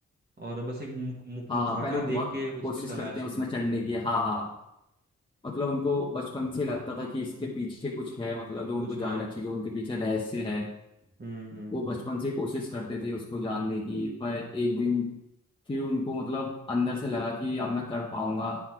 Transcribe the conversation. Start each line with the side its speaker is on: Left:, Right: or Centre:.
Right: और बस एक मुख, मुख,
Left: हाँ
Right: मुखौटा
Left: हाँ पहले वो बहुत
Right: देख के उसकी
Left: कोशिश
Right: तलाश
Left: करते हैं उसमें
Right: में
Left: चढ़ने की हाँ हाँ मतलब उनको बचपन से लगता था कि इसके पीछे कुछ है मतलब जो उनको
Right: कुछ
Left: जानना
Right: है
Left: चाहिए जो उनके पीछे रहस्य है
Right: हम्म हम्म
Left: वो बचपन से कोशिश करते थे उसको जानने की पर एक दिन फिर उनको मतलब अंदर से लगा कि अब मैं कर पाऊंगा